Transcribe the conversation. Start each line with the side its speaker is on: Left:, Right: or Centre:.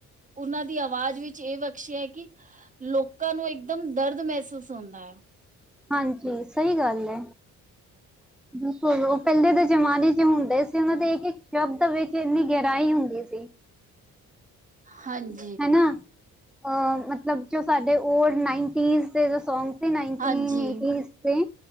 Right: ਉਹਨਾਂ ਦੀ ਆਵਾਜ਼ ਵਿੱਚ ਇਹ ਬਖਸ਼ਿਆ ਏ ਕਿ ਲੋਕਾਂ ਨੂੰ ਇੱਕਦਮ। ਬਾਹਰ <unintelligible> ਦਾ ਮੈਸੇਜ ਸੁਣਨੇ।
Centre: ਹਾਂਜੀ, ਸਹੀ ਗੱਲ ਐ। ਬਿਲਕੁਲ, ਉਹ ਪਹਿਲੇ ਦੇ ਜਮਾਨੇ ਚ ਹੁੰਦੇ ਸੀ ਉਹਨਾਂ ਦੇ ਇੱਕ ਇੱਕ ਸ਼ਬਦ ਵਿੱਚ ਇੰਨੀ ਗਹਿਰਾਈ ਹੁੰਦੀ ਸੀ।
Right: ਹਾਂਜੀ।
Centre: ਹਨਾ, ਅ ਮਤਲਬ ਜੋ ਸਾਡੇ ਓਲਡ ਨਾਈਨਟੀਜ਼ ਦੇ ਜੋ ਸੌਂਗ। ਨਾਇੰਟਿੰਨ
Right: ਹਾਂਜੀ
Centre: ਏਟੀਜ਼ ਦੇ,